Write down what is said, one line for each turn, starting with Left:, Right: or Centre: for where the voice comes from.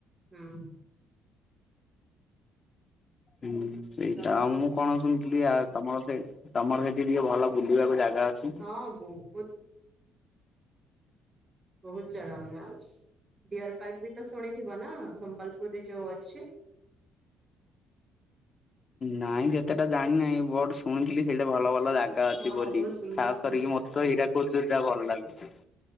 Right: ହଁ।
Left: ହୁଁ ସେଇଟା
Right: ତମେ
Left: ଆଉ ମୁଁ କଣ ଶୁଣିଥିଲି, ଆ ତମର ସେ ତମର ସେଇଠି ଟିକେ ଭଲ ବୁଲିବାକୁ ଜାଗା ଅଛି?
Right: ହଁ ବାହୁତ ବହୁତ ଜାଗା ମାନେ ଅଛି, ଡିଅର ପାର୍କ ବି ତ ଶୁଣିଥିବ ନା ସମ୍ବଲପୁର ଉପରେ ଯୋଉ ଅଛି।
Left: ନାଇଁ ସେତେଟା ଜାଣିିନହିଁ ବଟ ଶୁଣିଥିଲି ସେଇଟା ଭଲ ଭଲ ଭଲ ଜାଗା ଅଛି,
Right: ହଁ
Left: ବୋଲି
Right: ବହୁତ ସୁନ୍ଦର
Left: ଖାସ୍
Right: ସୁ
Left: କରିକି ମତେ ତ ହୀରାକୁ ଯା ଭଲ ଲାଗୁଛି।